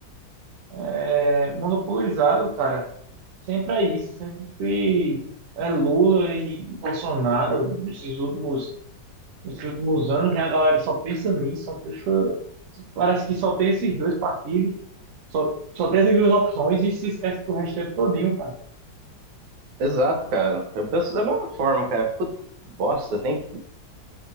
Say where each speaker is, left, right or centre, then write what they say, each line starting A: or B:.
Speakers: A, on the right; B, on the right.
A: é, monopolizaram, cara. Sempre é isso, sempre é Lula e Bolsonaro. Nesses últimos, nesses últimos anos, né, a galera só pensa nisso, só pensa, parece que só tem esses dois partidos, só, só tem essas duas opções e se esquece do restante todinho, cara.
B: Exato, cara. Eu penso da mesma forma, cara. Puta que bosta, tem que.